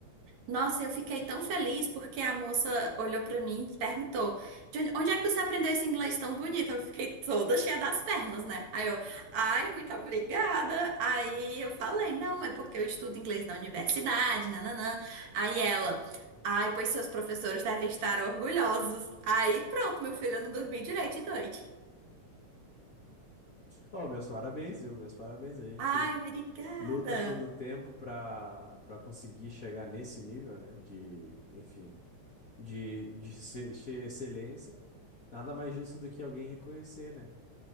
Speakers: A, on the right; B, on the left.
A: Nossa, eu fiquei tão feliz porque a moça olhou pra mim e perguntou: "De onde onde é que você aprendeu esse inglês tão bonito? Eu fiquei toda cheia das pernas, né? Aí eu, ai, muito obrigada. Aí eu falei: não, é porque eu estudo inglês na universidade, nananã. Aí ela, ai, pois seus professores devem estar orgulhosos. Aí pronto, meu filho, eu não dormi direito de noite.
B: Oh, meus parabéns, viu? Meus parabéns. A gente
A: Ai, obrigada.
B: luta todo o tempo para para conseguir chegar nesse nível, né? De, enfim de, de ser, ser excelência, nada mais justo do que alguém reconhecer, né?